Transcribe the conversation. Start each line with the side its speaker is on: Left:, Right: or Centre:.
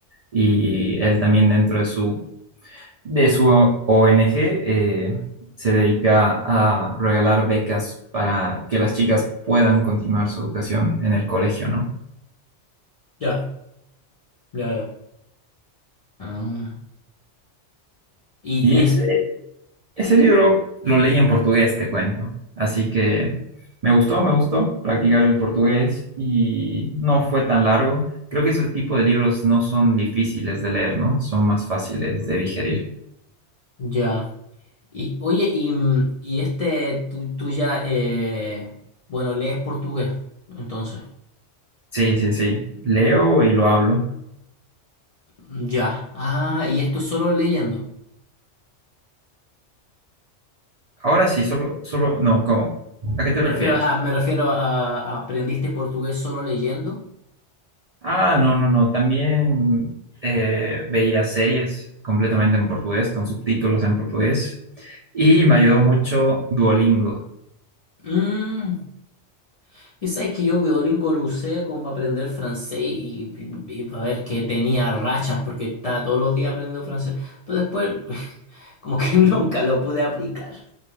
Right: Y él también dentro de su, de su ONG eh, se dedica a regalar becas para que las chicas puedan continuar su educación en el colegio, ¿no?
Left: Ya, ya, ya. ah. Y,
Right: Y ese,
Left: y es,
Right: ese libro lo leí en portugués, te cuento. Así que me gustó, me gustó practicar el portugués y no fue tan largo. Creo que ese tipo de libros no son difíciles de leer, ¿no? Son más fáciles de digerir.
Left: ya. Y, oye, y, mm, y este, tú, tú ya, eh, bueno, lees portugués, entonces.
Right: Sí, sí, sí. Leo y lo hablo.
Left: Ya. Ah, y esto solo leyendo.
Right: Ahora sí, solo, solo, no, ¿cómo? ¿A qué
Left: Me,
Right: te
Left: me
Right: refieres?
Left: refiero a, me refiero a, a- ¿aprendiste portugués solo leyendo?
Right: Ah, no, no, no. También eh, veía series completamente en portugués, con subtítulos en portugués. Y me ayudó mucho Duolingo.
Left: Mm. Y sabes que yo Duolingo lo usé como para aprender francés y, y, y para ver que tenía rachas porque estaba todos los días aprendiendo francés. Pero después <laughs> como que <laughs> nunca lo pude aplicar.